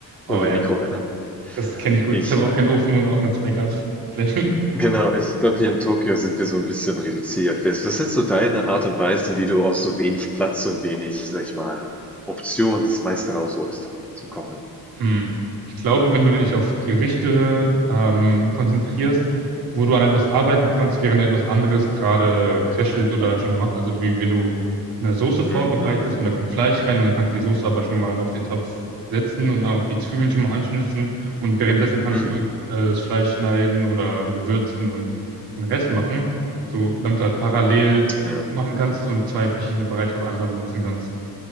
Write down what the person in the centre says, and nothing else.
und eine
Mikrowelle.
Ich,
genau, ich glaube, hier in Tokio sind wir so ein bisschen reduziert. Was was sind so deine Art und Weisen, wie du aus so wenig Platz und wenig, sag ich mal, Optionen das meiste rausholst zum Kochen?
Mhm.
Mhm.
Ja,